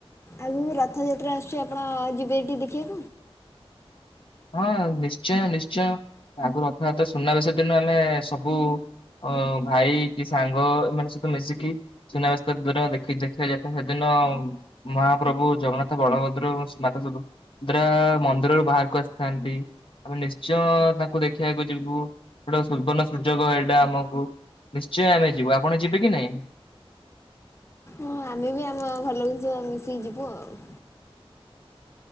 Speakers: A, on the left; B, on the left.
A: ଆଉ ରଥଯାତ୍ରା ଆସୁଛି। ଆପଣ ଯିବେ ଟି ଦେଖିବା
B: ହଁ ନିଶ୍ଚୟ ନିଶ୍ଚୟ। ଆଗରୁ ରଥଯାତ୍ରା ସୁନାବେଶ ଦିନ ଆମେ ଏ ସବୁ ଅ ଭାଇ କି, ସାଙ୍ଗ ଏମାନଙ୍କ ସହିତ ମିଶିକି ସୁନାବେଶ ଦୂର ଦେଖି ଦେଖିବାକୁ ଯାଇଥାନ୍ତୁ। ହେ ଦିନ ହଁ, ମହାପ୍ରଭୁ ଜଗନ୍ନାଥ, ବଳଭଦ୍ର ଏବଂ ମାତା ସୁଭଦ୍ରା ମନ୍ଦିରରୁ ବାହାରକୁ ଆସ୍ ଥାନ୍ତି। ଆମେ ନିଶ୍ଚୟଁ-ଅ ତାଙ୍କୁ ଦେଖିବାକୁ ଯିବୁ। ସେଟା ସୁବର୍ଣ୍ଣ ସୁଯୋଗ ଏଇଟା ଆମକୁ। ନିଶ୍ଚୟ ଆମେ ଯିବୁ। ଆପଣ ଯିବେ କି ନାଇଁ?
A: ହଁ ଆମେ ବି ଆମ ଘରଲୋକଙ୍କ ସହ ମିଶିକି ଯିବୁ ଆଉ।